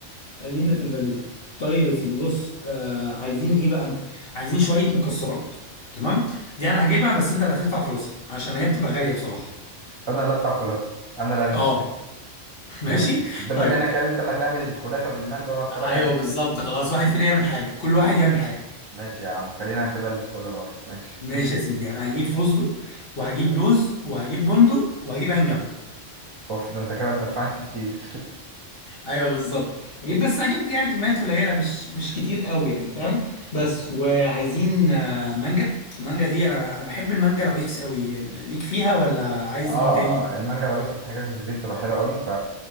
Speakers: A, on the left; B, on the right.
A: خلينا في الفانيليا طيب يا سيدي بص آه عايزين ايه بقى عايزين شويه مكسرات تمام دي انا هجيبها بس انت اللي هتدفع فلوسها عشان هي بتبقى غاليه بصراحه
B: انا اللي ادفع فلوسها انا اللي البس
A: اه <laughs> ماشي
B: ماشي ده بما
A: طيب
B: انك يعني انت اللي هتعمل الكنافه بالمانجا وانا هتفرج
A: ايوه
B: عليك
A: بالظبط
B: يعني.
A: خلاص واحد فينا يعمل حاجه كل واحد يعمل حاجه
B: ماشي يا عم خلينا كده البس كل مره ماشي
A: ماشي يا ماشي سيدي انا هجيب فستق وهجيب لوز وهجيب بندق وهجيب عين جمل
B: اوف ده انت كده هتدفعني <laughs> كتير
A: ايوه بالظبط هجيب بس هجيب يعني كميات قليله مش مش كتير قوي يعني فاهم بس وعايزين آه، مانجا المانجا دي انا انا بحب المانجا العويس قوي ليك فيها ولا عايز
B: اه
A: نوع تاني
B: المانجا لو يوسف الحاجات اللي زي دي بتبقى حلوه قوي ف